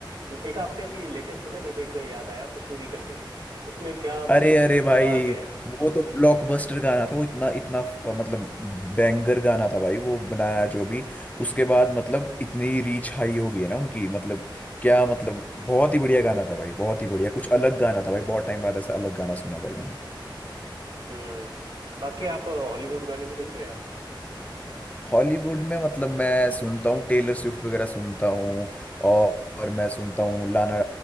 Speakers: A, on the right; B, on the left.
A: एक आपने अभी लेटेस्ट सुना है मेरे को एक याद आया पसूरी करके उसमें क्या मतलब
B: अरे अरे भाई
A: मजा आ गया है
B: वो तो ब्लॉकबस्टर गाना था वो इतना इतना फ- मतलब बैंगर गाना था भाई वो बनाया जो भी उसके बाद मतलब इतनी रीच हाई हो गई है ना उनकी मतलब क्या मतलब बहुत ही बढ़िया गाना था भाई बहुत ही बढ़िया कुछ अलग गाना था भाई बहुत टाइम बाद ऐसा अलग गाना सुना भाई मैंने
A: हम्म बाकी आप हॉलीवुड गाने भी सुनते हो यार
B: हॉलीवुड में मतलब मैं सुनता हूँ टेलर स्विफ्ट वगैरह सुनता हूँ और, और मैं सुनता हूँ लाना